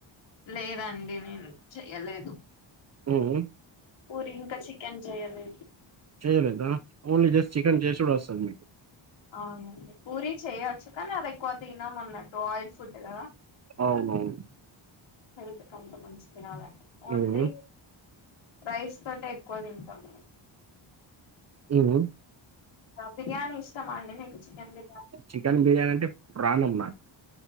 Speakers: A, on the left; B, on the right.
A: లేదండి నేను చెయ్యలేదు
B: ఉమ్
A: ఊరి ఇంకా చి ఎంజయలేదు
B: చెయలేదా ఓన్లీ జస్ట్ చికెన్ చేసిడు ఒస్తది మీకు
A: అవునండి పూరి చేయచ్చు కానీ అది ఎక్కువ తినమ అన్నట్టు ఆయిల్ ఫుడ్ కదా
B: అవునవును
A: హెల్త్ అంత మంచిది కదండీ ఓన్లీ
B: ఉమ్
A: రైస్ తోటె ఎక్కువ తింటాం
B: ఉమ్
A: బిర్యాని ఇష్టమాండి మీ చికన్ బి
B: చికెన్ బిర్యానీ అంటే ప్రాణం మాక్